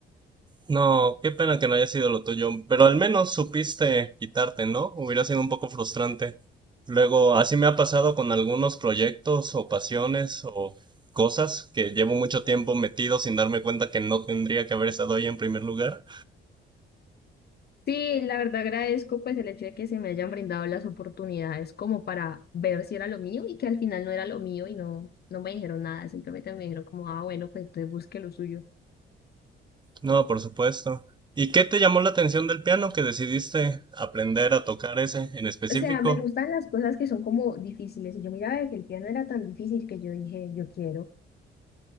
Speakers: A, on the right; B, on the left.
A: No, qué pena que no haya sido lo tuyo, pero al menos supiste quitarte, ¿no? Hubiera sido un poco frustrante. Luego, así me ha pasado con algunos proyectos o pasiones o cosas que llevo mucho tiempo metido sin darme cuenta que no tendría que haber estado ahí en primer lugar.
B: Sí, la verdad agradezco pues el hecho de que se me hayan brindado las oportunidades como para ver si era lo mío y que al final no era lo mío y no, no me dijeron nada, simplemente me dijeron como, ah, bueno, pues entonces busque lo suyo.
A: No, por supuesto. ¿Y qué te llamó la atención del piano que decidiste aprender a tocar ese en específico?
B: O sea, me gustan las cosas que son como difíciles y yo miraba que el piano era tan difícil que yo dije, yo quiero. O